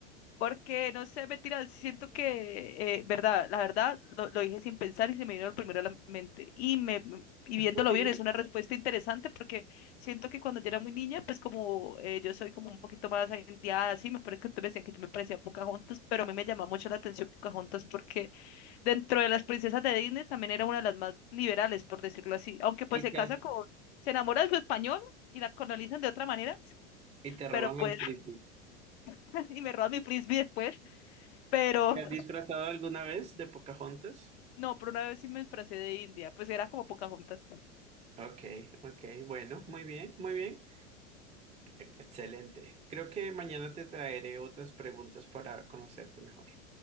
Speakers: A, on the left; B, on the right.
A: Porque, no sé, mentira, siento que, eh, verdad, la verdad, lo, lo dije sin pensar y se me vino el primero a la mente. Y, me, me- y
B: Está
A: viéndolo
B: bien.
A: bien, es una respuesta interesante porque siento que cuando yo era muy niña, pues como eh, yo soy como un poquito más agentiada, así, me parece que ustedes me decían que yo me parecía a Pocahontas, pero a mí me llamaba mucho la atención Pocahontas porque dentro de las princesas de Disney también era una de las más liberales, por decirlo así. Aunque pues
B: Y
A: se
B: te,
A: casa
B: has-
A: con, se enamora de su español y la colonizan de otra manera,
B: y te roban
A: pero pues,
B: el frisbee.
A: <laughs> y me roban mi frisbee después, pero
B: ¿Te has disfrazado alguna vez de Pocahontas?
A: No, pero una vez sí me disfracé de India, pues era como Pocahontas.
B: Ok, ok, bueno, muy bien, muy bien. E- Excelente. Creo que mañana te traeré otras preguntas para conocerte mejor,